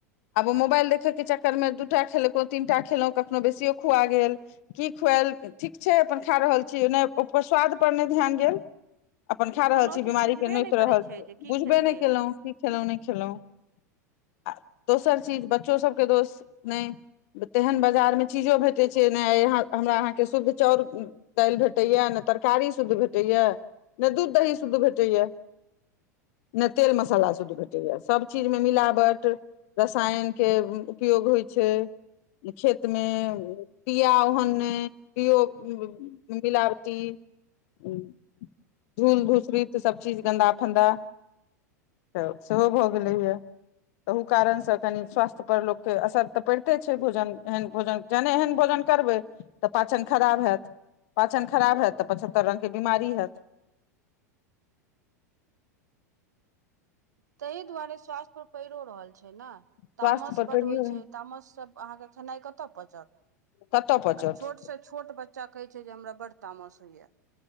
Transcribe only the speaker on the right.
कोनो
चीज बुझबे
नहि
करै
जे की
खेलकै
हेँ
ताहि दुआरे स्वास्थ्य पर पड़िो रहल छै न।
तामस
बड
होइ छै, तामस सब अहाँके खेनाई कतऽ पचत
आब छोट से छोट बच्च च्चा कहे छै जे हमरा बड़ड तामस होइया